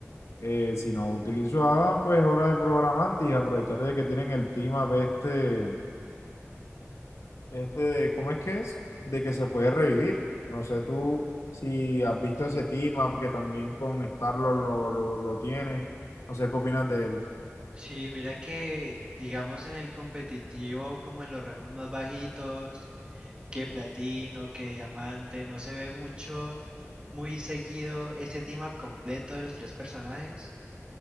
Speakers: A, on the left; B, on the right.
A: eh, si no utilizo a Adam, pues es hora de probar Amante y aprovechar de que tienen el team up este, este de, ¿cómo es que es? De que se puede revivir. No sé tú si has visto ese team up que también con Starlord lo, lo, lo tiene. No sé qué opinas de él.
B: Sí, mira que digamos en el competitivo, como en los rangos más bajitos, que platino, que diamante, no se ve mucho, muy seguido ese team up completo de los tres personajes,